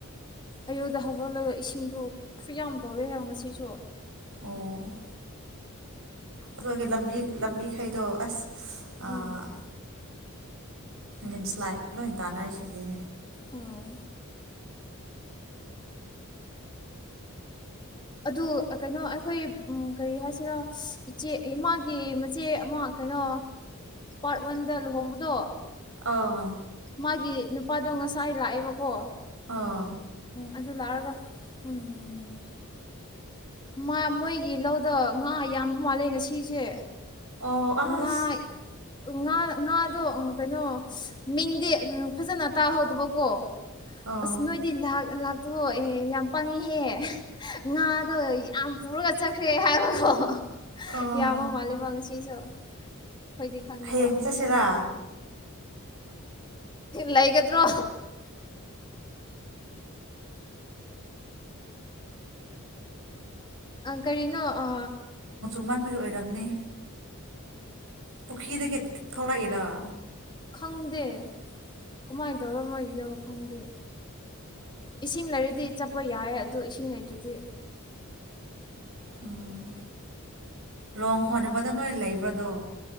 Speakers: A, on the left (about 20°); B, on the right (about 65°).
A: ꯑꯌꯨꯛꯗ ꯍꯧꯒꯠꯂꯒ ꯏꯁꯤꯡꯗꯣ ꯈꯨꯌꯥꯝ ꯇꯧꯋꯦ ꯍꯥꯏꯕ ꯉꯁꯤꯁꯨ
B: ꯑꯣ ꯑꯗ꯭ꯋꯥꯏꯒꯤ ꯂꯝꯕꯤ ꯂꯝꯕꯤꯈꯩꯗꯣ ꯑꯁ ꯑꯥ
A: ꯎꯝ
B: ꯂꯦꯟꯁꯂꯥꯏꯠ ꯂꯣꯏ ꯇꯥꯅꯔꯤꯁꯤꯗꯤ
A: ꯎꯝ ꯑꯗꫭ ꯀꯩꯅꯣ ꯑꯩꯈꯣꯏ ꯀꯔꯤ ꯍꯥꯏꯁꯤꯔ ꯏꯆꯦ ꯏꯃꯥꯒꯤ ꯃꯆꯦ ꯑꯃ ꯀꯩꯅꯣ ꯄꯥꯔꯠ ꯋꯥꯟꯗ ꯂꯨꯍꯣꯡꯕꯗꯣ
B: ꯑꯧ
A: ꯃꯥꯒꯤ ꯅꯨꯄꯥꯗꯣ ꯉꯁꯥꯏ ꯂꯥꯑꯦꯕꯀꯣ
B: ꯑꯧ
A: ꯑꯗꯨ ꯂꯥꯛꯔꯒ ꯎꯝ ꯃꯥ ꯃꯣꯏꯒꯤ ꯂꯧꯗꫭ ꯉꯥ ꯌꯥꯝꯕ ꯃꯥꯜꯂꯦ ꯉꯁꯤꯁꯦ
B: ꯑꯣ ꯑꯁ
A: ꯉꯥꯏ ꯉꯥ ꯉꯥꯗꯣ ꯀꯩꯅꯣ ꯃꯤꯡꯗꯤ ꯐꯖꯅ ꯇꯥꯍꯧꯗꯕꯀꯣ
B: ꯑꯥ
A: ꯑꯁ ꯅꯣꯏꯗꯤ <unintelligible> ꯂꯥꯛ ꯇꯣ ꯑꯦ ꯌꯥꯝ ꯄꯪꯉꯤꯍꯦ ꯉꯥꯗꯣ ꯌꯥꯝ ꯄꯨꯔꯒ ꯆꯠꯈ꯭ꯔꯦ ꯍꯥꯏꯕꯀꫭ
B: ꯑꯣ
A: ꯌꯥꯝꯕ ꯃꯥꯟꯂꯦꯕ ꯉꯁꯤꯁꯨ ꯑꯩꯈꯣꯏꯗꯤ ꯈꯪꯗꯕ
B: ꯍꯌꯦꯡ ꯆꯠꯁꯦꯔ
A: ꯂꯩꯒꯗ꯭ꯔꯣ ꯑꯪ ꯀꯔꯤꯅꯣ ꯑ
B: ꯃꯥꯟꯕꯒꯤ ꯑꯣꯏꯔꯝꯅꯤ ꯄꯨꯈꯤꯗꯒꯤ ꯊꯣꯛꯂꯛꯏꯔꫭ
A: ꯈꯪꯗꯦ ꯀꯝꯃꯥꯏ ꯇꯧꯔꯒ ꯃꯣꯢꯒꯤꯗꯣ ꯈꯪꯗꯦ ꯏꯁꯤꯡ ꯂꯩꯔꯗꯤ ꯆꯠꯄ ꯌꯥꯏꯌꯦ ꯑꯗꫭ ꯏꯁꯤꯡ ꯂꯩꯇ꯭ꯔꯗꯤ
B: ꯎꯝ ꯂꯣꯡ ꯍꫭꯟꯅꯕꯗꫭ ꯅꯣꯏ ꯂꯩꯕ꯭ꯔ ꯑꯗꯣ